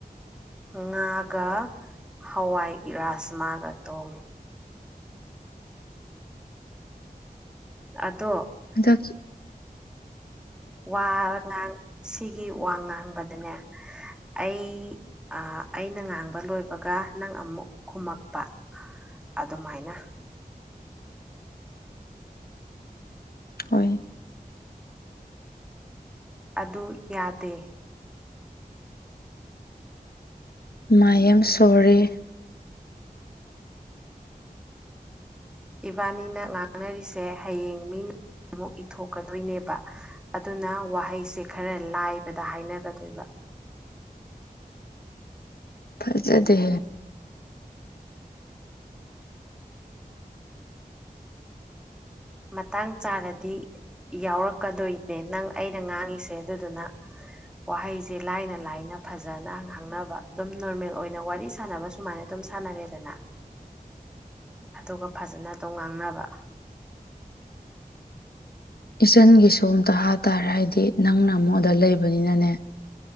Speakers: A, in the centre; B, on the left.
A: ꯉꯥꯒ ꯍꯋꯥꯏ ꯔꯥꯁꯃꯥꯒ ꯇꯣꯡꯉꯤ ꯑꯗꯣ
B: ꯑꯗꯒꯤ
A: ꯋꯥ ꯉꯥꯡ ꯁꯤꯒꯤ ꯋꯥꯉꯥꯡ ꯉꯥꯡꯕꯗꯅꯦ ꯑꯩ ꯑꯩꯅ ꯉꯥꯡꯕ ꯂꯣꯏꯕꯒ ꯅꯪ ꯑꯃꯨꯛ ꯈꯨꯝꯃꯛꯄ ꯑꯗꯨꯃꯥꯏꯅ
B: ꯍꯣꯏ
A: ꯑꯗꯨ ꯌꯥꯗꯦ
B: ꯃꯥꯏ ꯑ ꯁꯣꯣꯔꯦ
A: ꯏꯕꯥꯅꯤꯅ ꯉꯥꯡꯅꯔꯤꯁꯦ ꯍꯌꯦꯡ ꯃꯤꯅ ꯑꯃꯨꯛ ꯏꯊꯣꯛꯀꯗꯣꯏꯅꯦꯕ ꯑꯗꯨꯅ ꯋꯥꯍꯩꯁꯦ ꯈꯔ ꯂꯥꯏꯕꯗ ꯍꯥꯏꯅꯒꯗꯣꯏꯕ
B: ꯐꯖꯗꯦ
A: ꯃꯇꯥꯡ ꯆꯥꯔꯗꯤ ꯌꯥꯎꯔꯛꯀꯗꯣꯏꯅꯦ ꯅꯪ ꯑꯩꯅ ꯉꯥꯡꯉꯤꯁꯦ ꯑꯗꯨꯗꯨꯅ ꯋꯥꯍꯩꯁꯦ ꯂꯥꯏꯅ ꯂꯥꯏꯅ ꯐꯖꯅ ꯉꯥꯡꯅꯕ ꯑꯗꯨꯝ ꯅꯣꯔꯃꯦꯜ ꯑꯣꯏꯅ ꯋꯥꯔꯤ ꯁꯥꯟꯅꯕ ꯁꯨꯃꯥꯏꯅ ꯑꯗꯨꯝ ꯁꯥꯟꯅꯔꯦꯗꯅ ꯑꯗꯨꯒ ꯐꯖꯅ ꯑꯗꯨꯝ ꯉꯥꯡꯅꯕ
B: ꯏꯆꯟꯒꯤ ꯁꯣꯝꯇ ꯍꯥꯇꯥꯥꯔꯦ ꯍꯥꯏꯗꯤ ꯅꯪꯅ ꯑꯃꯨꯛꯗ ꯂꯩꯕꯅꯤꯅꯅꯦ